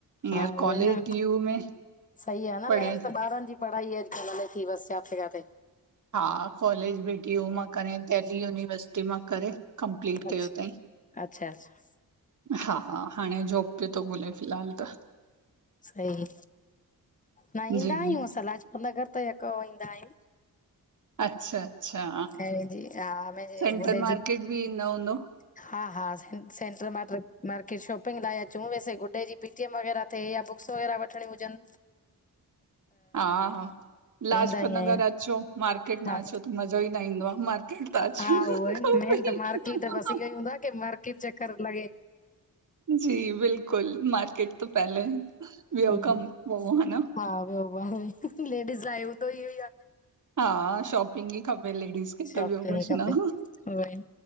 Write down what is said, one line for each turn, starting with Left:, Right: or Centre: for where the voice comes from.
Right: हींअर
Left: हा उहोई
Right: कॉलेज
Left: न
Right: डी यू में
Left: सही आ न
Right: पढ़े
Left: मेन त ॿारनि ॼी पढ़ाई अॼुकल्ह हले थी बस जाते काथे।
Right: हा कॉलेॼ ॿी डी यू मां करे दिल्ली यूनिवर्सिटी मां करे। कंप्लीट
Left: अच्छा
Right: कयो तंईं।
Left: अच्छा अच्छा
Right: हा, हांणे जॉब पियो तो ॻोल्हे फिलहाल त।
Left: सही, न ईंदा
Right: जी
Left: आहियूं असां लाजपत नगर त यको ईंदा आहियूं।
Right: अच्छा -अच्छा
Left: ऐं जी हा मुंहिंजे
Right: सेंटर
Left: गुॾे
Right: मार्केट
Left: जी
Right: ॿि इन्दा हुंदव?
Left: हा -हा सें सेंट्रल माट्रिक मार्केट शॉप पिंॻ लाए अचूं वैसे ॻुड्डे जी पीटीएम वगॻैरह थिए या बुक्स वॻैरह वठिणीयुं हुॼनि।
Right: हा हा लाजपत
Left: ईंदा ई
Right: नगर
Left: आहियूं
Right: अचो, मार्केट
Left: हा
Right: न अचो त मज़ो ही न ईंदो आ मार्केट त।
Left: हा
Right: अचण
Left: उहो ही
Right: खपे
Left: मेन त मार्किट बस इहो ही हूंदो आ की मार्किट चक्कर लॻे।
Right: ॼी बिल्कुल मार्किट त पहिले, ॿियो
Left: हम्म,
Right: कम पो हा न?
Left: हा वियो <unintelligible> लेडीज़ लाइ हूंदो ही इहो ही आ।
Right: हा शॉपिंग ही खपे लेडीज़ खे
Left: शॉपिंग
Right: त ॿियो कुछ
Left: खपे
Right: न
Left: उहोई